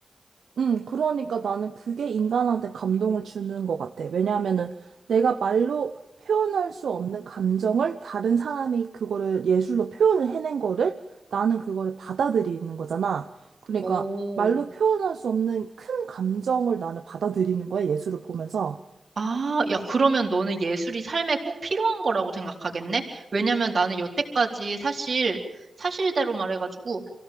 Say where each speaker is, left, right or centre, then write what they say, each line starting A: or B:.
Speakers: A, on the right; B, on the right.
A: 음, 그러니까 나는 그게 인간한테 감동을 주는 것 같아. 왜냐하면은 내가 말로 표현할 수 없는 감정을 다른 사람이 그거를 예술로 표현을 해낸 거를 나는 그거를 받아들이는 거잖아. 그러니까
B: 오.
A: 말로 표현할 수 없는 큰 감정을 나는 받아들이는 거야, 예술을 보면서.
B: 아, 야, 그러면 너는 예술이 삶에 꼭 필요한 거라고 생각하겠네? 왜냐면 나는 여태까지 사실, 사실대로 말해가지고